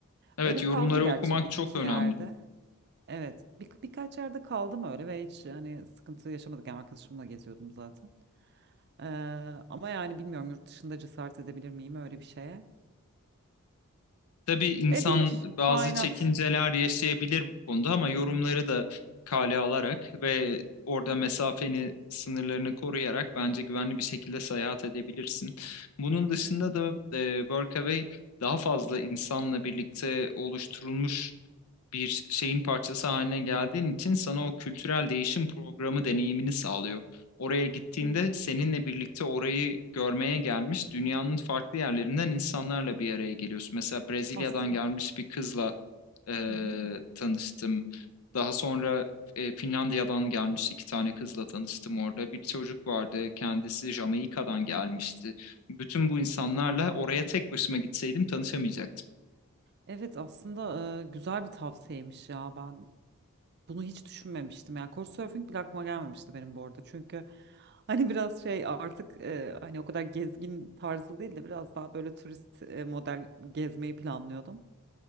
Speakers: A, on the left; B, on the right.
A: Evet,
B: Öyle
A: yorumları
B: kaldım gerçi
A: okumak
B: bir
A: çok
B: iki
A: önemli.
B: yerde. Evet, bir, birkaç yerde kaldım öyle ve hiç hani sıkıntı yaşamadık. Yani arkadaşımla geziyordum zaten. Ee, ama yani bilmiyorum yurt dışında cesaret edebilir miyim öyle bir şeye?
A: Tabii insan
B: Edilir.
A: bazı
B: Why
A: çekinceler
B: not?
A: yaşayabilir bu konuda ama yorumları da kale alarak ve orada mesafeni, sınırlarını koruyarak bence güvenli bir şekilde seyahat edebilirsin. Bunun dışında
B: Hı hı.
A: da e, Workaway daha fazla insanla birlikte oluşturulmuş bir şeyin parçası haline geldiğin için sana o kültürel değişim programı deneyimini sağlıyor. Oraya gittiğinde
B: Hmm.
A: seninle birlikte orayı görmeye gelmiş dünyanın farklı yerlerinden insanlarla bir araya geliyorsun. Mesela Brezilya'dan
B: Aslında
A: gelmiş bir kızla e,
B: hı hı.
A: tanıştım. Daha sonra e, Finlandiya'dan gelmiş iki tane kızla tanıştım orada. Bir çocuk vardı, kendisi Jamaika'dan gelmişti. Bütün bu insanlarla oraya tek başıma gitseydim tanışamayacaktım.
B: Evet aslında e, güzel bir tavsiyemiş ya. Ben bunu hiç düşünmemiştim. Yani couchsurfing bile aklıma gelmemişti benim bu arada. Çünkü <laughs> hani biraz şey artık e, hani o kadar gezgin tarzı değil de biraz daha böyle turist e, model gezmeyi planlıyordum.